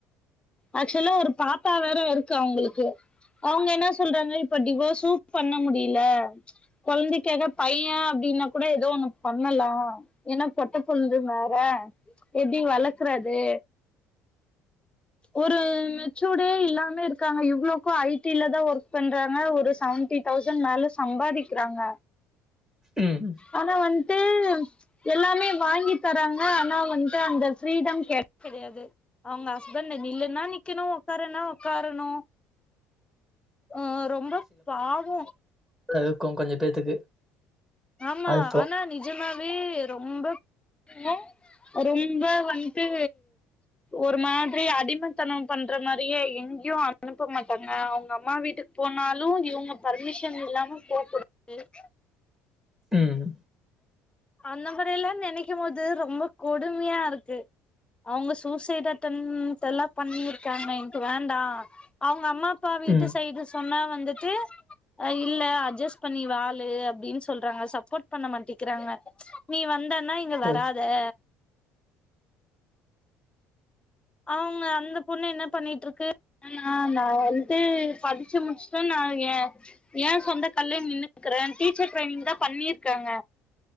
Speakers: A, on the left; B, in the centre.
A: ஆக்சுவலா ஒரு பாப்பா வேற இருக்கு அவுங்களுக்கு அவுங்க என்ன சொல்றாங்க இப்போ டிவோஸ்சு பண்ண முடில கொழந்தைக்காக பைய அப்டின்னா கூட ஏதோ ஒண்ணு பண்ணலா ஏன்னா பொட்ட பொட்டபுள்ள வேற எப்டி வளர்க்றது ஒரு மெச்சூடே இல்லாமே இருக்காங்க இவ்ளோக்கு ஐ டி ல தா ஒர்க் பண்றாங்க ஒரு சவன் டி தௌசண்ட் மேல சம்பாதிக்கிறாங்க
B: ம்
A: ஆனா வந்ட்டு எல்லாமே வாங்கி தராங்க ஆனா வந்து அந்த ஃப்ரீடம் கெடையாது அவுங்க ஹஸ்பண்ட்டு நில்லுனா நிக்கணு உக்காரனா உக்காரணு அ ரொம்ப பாவு
B: இருக்கு கொஞ்ச பேத்துக்கு
A: ஆமா
B: அது போ
A: ஆனா நிஜமாவே ரொம்ப இன்னுரொம்ப வந்ட்டு ஒரு மாதிரி அடிமைத்தன பண்ற மாரியே எங்கேயு அனுப்ப மாட்டாங்க அவங்க அம்மா வீட்டுக் போனாலு இவங்க பர்மிஷன் இல்லாம போகக்கூடா
B: ம்
A: அந்த மாரியெல்லா நினைக்கு போது ரொம்ப கொடுமையா இருக்கு அவங்க சூசைட் அட்டன் த்ல்லா பண்ணிருக்காங்க எனக்கு வேண்டா அவங்க அம்மா அப்பா வீட்டு
B: ம்.
A: சைடு சொன்னா வந்துட்டு ஆ இல்ல அட்ஜஸ்ட் பண்ணி வாழு அப்டின்னு சொல்றாங்க சப்போர்ட் பண்ண மாட்டேிக்கிறாங்க நீ வந்தன்னா இங்க
B: ஓ,
A: வராதே அவங்க அந்த பொண்ணு என்ன பண்ணிட்டு இருக்கு நா வந்துட்டு படிச்சு முடிச்சுட்டு நா ஏ ஏ சொந்த கால்யே நின்னுக்குறே டீச்சர் ட்ரைனிங் தா பண்ணியிருக்காங்க